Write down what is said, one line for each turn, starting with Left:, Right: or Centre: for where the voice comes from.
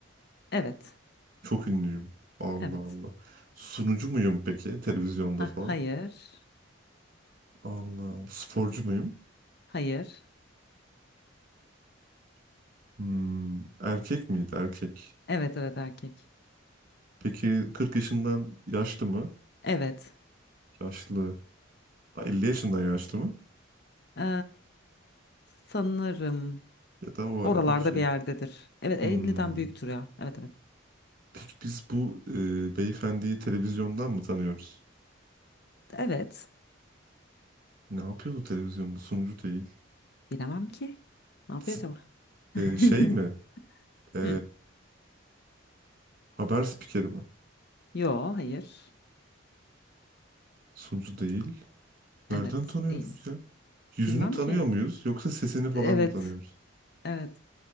Left: Evet.
Right: Çok ünlüyüm. Allah
Left: Evet.
Right: Allah. Sunucu muyum peki? Televizyonda
Left: Ha,
Right: falan.
Left: hayır.
Right: Allah Allah. Sporcu muyum?
Left: Hayır.
Right: Hmm, erkek miydi? Erkek.
Left: Evet evet erkek.
Right: Peki 40 yaşından yaşlı mı?
Left: Evet.
Right: Yaşlı. Ha, 50 yaşından yaşlı mı?
Left: E, sanırım
Right: Ya da o
Left: oralarda
Right: arada bir şey.
Left: bir yerdedir. Evet
Right: Hmm.
Left: 50'den büyüktür ya. Evet evet.
Right: Peki biz bu e, beyefendiyi televizyondan mı tanıyoruz?
Left: Evet.
Right: Ne yapıyordu televizyonda? Sunucu değil.
Left: Bilemem ki. Ne yapıyor
Right: S-
Left: acaba? <laughs>
Right: e, şey mi? E,
Left: Hı.
Right: haber spikeri mi?
Left: Yo, hayır.
Right: Sunucu değil. Nereden
Left: Evet,
Right: tanıyoruz
Left: değil.
Right: ya? Yüzünü
Left: Bilmem
Right: tanıyor
Left: ki.
Right: muyuz yoksa sesini falan
Left: Evet,
Right: mı tanıyoruz?
Left: evet,